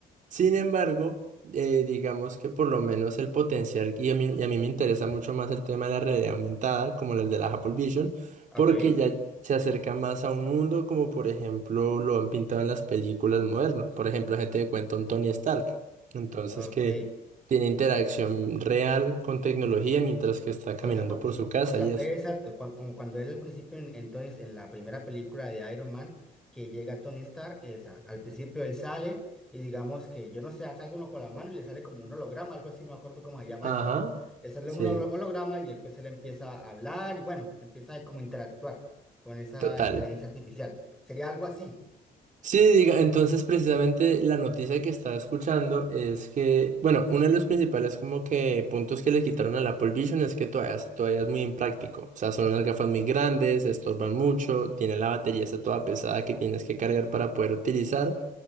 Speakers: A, on the right (about 50°); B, in the centre.
A: Sin embargo, eh, digamos que por lo menos el potencial, y a mí, y a mí me interesa mucho más el tema de la realidad aumentada, como el de la Apple Vision,
B: ok,
A: porque ya se acerca más a un mundo como por ejemplo lo han pintado en las películas modernas. Por ejemplo, gente de cuenta un Tony Stark. Entonces
B: ok.
A: que tiene interacción real con tecnología mientras que está caminando
B: O sea, co-
A: por su
B: co-
A: casa
B: o sea,
A: y eso.
B: eh, exacto, cua- como cuando él al principio en, en Tony- en la primera película de Iron Man, que llega Tony Stark, eh, o sea, al principio él sale y digamos que, yo no sé, hace alguno con la mano y le sale como un holograma, algo así, no me acuerdo cómo se llama
A: Ajá,
B: eso. Le sale
A: sí,
B: un holo- holograma y él pues él empieza a hablar y bueno, empieza a como interactuar con esa
A: total.
B: inteligencia artificial. Sería algo así.
A: Sí, diga, entonces precisamente la noticia que estaba escuchando es que, bueno, uno de los principales como que puntos que le quitaron al Apple Vision es que todavía, es- todavía es muy impráctico. O sea, son unas gafas muy grandes, estorban mucho, tiene la batería está toda pesada que tienes que cargar para poder utilizar.